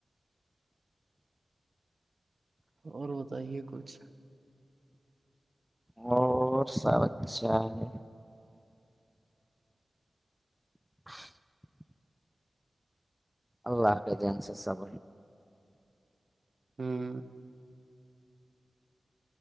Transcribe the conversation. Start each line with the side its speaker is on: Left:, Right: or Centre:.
Right: اور بتائیے کچھ
Centre: اور سب اچھا ہے <unintelligible> اللہ ح کے دین سے سب
Right: ہاں